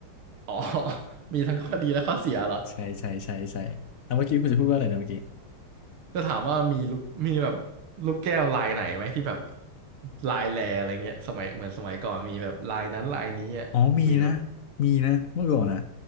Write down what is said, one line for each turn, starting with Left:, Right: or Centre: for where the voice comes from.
Right: อ๋อ <laughs> มีทั้งข้อดีและข้อเสียเหรอ
Left: <laughs> ใช่ใช่ใช่ใช่เอาเมื่อกี้คุณจะพูดว่าอะไรนะเมื่อกี้
Right: จะถามว่ามีลูกมีแบบลูกแก้วลายไหนไหมที่แบบลายแลอะไรเงี้ยสมัยเหมือนสมัยก่อนมีแบบลายนั้นลายนี้อ่ะมีปะ
Left: อ๋อมีนะมีนะเมื่อก่อนอ่ะ